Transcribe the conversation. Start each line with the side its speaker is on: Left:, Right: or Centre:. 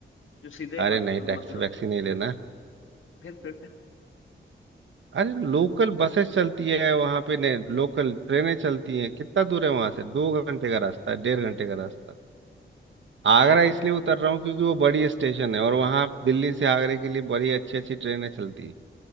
Left: जो सीधे
Right: अरे
Left: मथ
Right: नहीं टैक्सी
Left: मथुरा
Right: वैक्सी नहीं लेना
Left: फिर फिर फिर
Right: अरे लोकल बसेस चलती है वहां पे ने लोकल ट्रेनें चलती हैं कितना दूर है वहां से दो घंटे का रास्ता है डेढ़ घंटे का रास्ता
Left: हाँ
Right: आगरा
Left: ये तो
Right: इसलिए
Left: है
Right: उतर रहा हूँ क्योंकि वो बड़ी स्टेशन है और वहां दिल्ली से आगरे के लिए बड़ी अच्छी अच्छी ट्रेनें चलती है